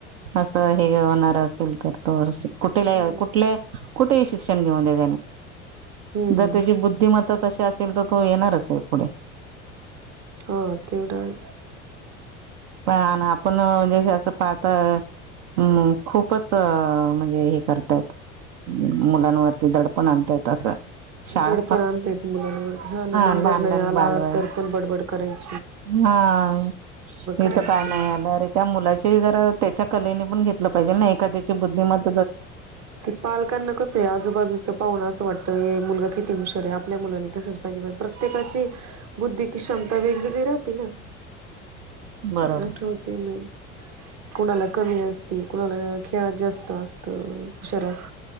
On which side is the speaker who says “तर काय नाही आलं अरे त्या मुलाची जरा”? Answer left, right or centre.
Right